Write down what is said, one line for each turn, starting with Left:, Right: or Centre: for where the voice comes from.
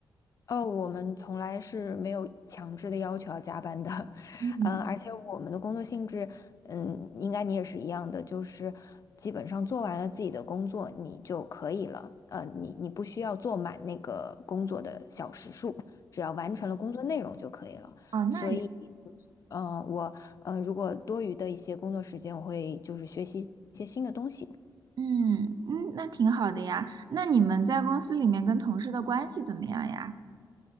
Left: 哦，我们从来是没有强制的要求要加班的，<laughs>
Right: 嗯，
Left: 嗯、而且我们的工作性质，嗯，应该你也是一样的，就是基本上做完了自己的工作，你就可以了，呃，你你不需要做满那个工作的小时数，只要完成了工作内容就可以了。
Right: 哦，
Left: 所以，
Right: 那
Left: 呃，我呃，如果多余的一些工作时间，我会就是学习一些新的东西。
Right: 嗯嗯，那挺好的呀。那你们在公司里面跟同事的关系怎么样呀？